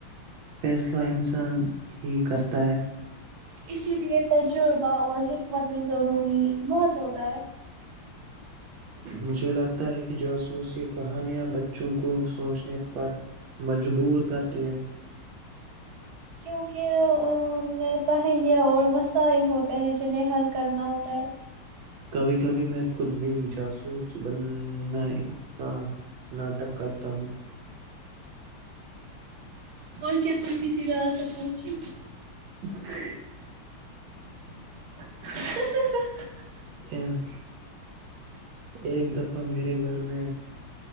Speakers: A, on the right; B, on the right.
A: فیصلہ انسان ہی کرتا ہے
B: اسی لیے تجربہ اور حکمت بھی ضروری بہت ہوتا ہے
A: مجھے لگتا تا ہے کہ جاسوسی کہانیاں بچوں کو سوچنے پر مجبور کرتی ہے
B: کیونکہ ان میں پہلیہ اور مسائل ہوتے ہیں جنہیں حل کرنا ہوتا ہے
A: کبھی کبھی میں خود بھی جاسوس بننے کا ناٹک کرتا ہوں
B: اور کیا تم کسی رات تک پہنچے
A: <unintelligible>
B: <unintelligible>
A: اے- ایک دفعہ میرے گھر میں